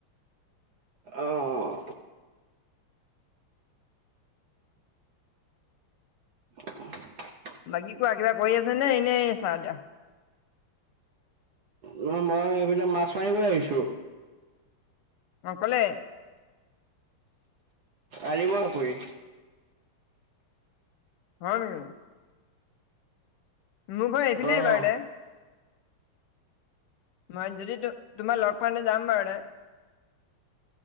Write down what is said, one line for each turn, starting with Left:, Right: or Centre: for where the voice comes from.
Right: অহ ', অ',
Left: বাকী কোৱা কিবা কৰি আছে নে এনেই আছা এতিয়া
Right: ন মই এইবিলাক মাছ মাৰিবই আহিছো।
Left: অকলে
Right: আহিব আপুনি।
Left: হয় নেকি? মোক ঘৰ আহফিলে
Right: অ
Left: আহবাৰ দে মই যদি তোমাৰ লগ পোৱাে যাম বাৰুৰে